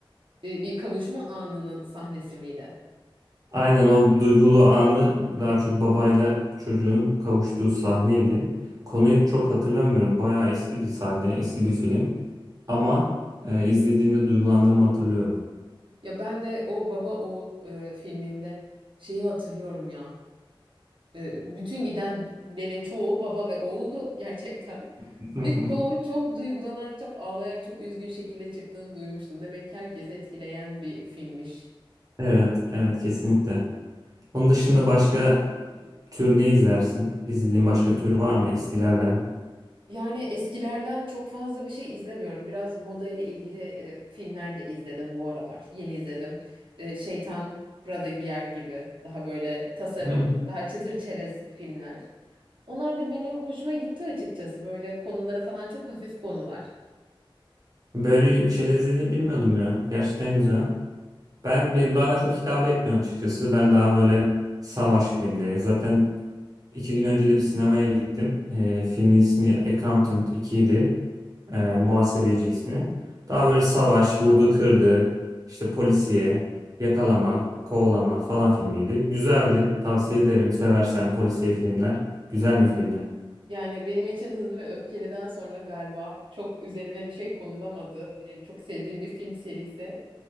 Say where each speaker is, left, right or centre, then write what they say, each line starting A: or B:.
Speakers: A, on the right; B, on the right.
A: e, bir kavuşma anının sahnesi miydi?
B: Aynen o duygulu anı daha çok babayla çocuğun kavuştuğu sahneydi. Konuyu çok hatırlamıyorum. Bayağı eski bir sahne, eski bir film. Ama e, izlediğimde duygulandığımı hatırlıyorum.
A: Ya ben de o Baba Oğul e, filminde şeyi hatırlıyorum ya. E, Bütün gidenlerin çoğu baba ve oğuldu gerçekten.
B: <laughs>
A: Ve çoğu çok duygulanarak, çok ağlayarak, çok üzgün şekilde çıktığını duymuştum. Demek ki herkesi etkileyen bir filmmiş.
B: Evet, evet kesinlikle. Onun dışında başka tür ne izlersin? İzlediğin başka tür var mı eskilerden?
A: Yani eskilerden çok fazla bir şey izlemiyorum. Biraz moda ile ilgili e, filmler de izledim bu aralar. Yeni izledim. E, Şeytan Prada Giyer gibi daha böyle tasarım,
B: Hmm.
A: daha çıtır çerez filmler. Onlar da benim hoşuma gitti açıkçası. Böyle konuları falan çok hafif konular.
B: Böyle şeyler izlediğini bilmiyordum ya. Gerçekten güzel. Ben benim bana çok hitap etmiyor açıkçası. Ben daha böyle savaş filmleri. Zaten İki gün önce de bir sinemaya gittim. Ee, filmin ismi Accountant 2 idi. Ee, muhasebeci ismi. Daha böyle savaş, vurdu kırdı, işte polisiye, yakalama, kovalama falan filmiydi. Güzeldi. Tavsiye ederim. Seversen polisiye filmler. Güzel bir filmdi.
A: Yani benim için Hızlı ve Öfkeli'den sonra galiba çok üzerine bir şey konulamadı. Benim çok sevdiğim bir film serisi.